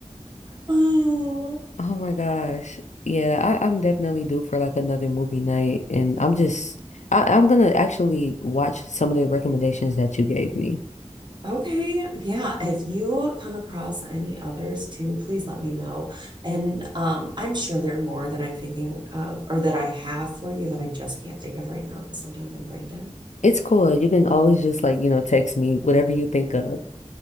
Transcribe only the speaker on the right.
Oh,
okay. Yeah. If you come across any others too, please let me know. And um, I'm sure there are more that I'm thinking of or that I have for you that I just can't think of right now because sometimes I'm brain dead.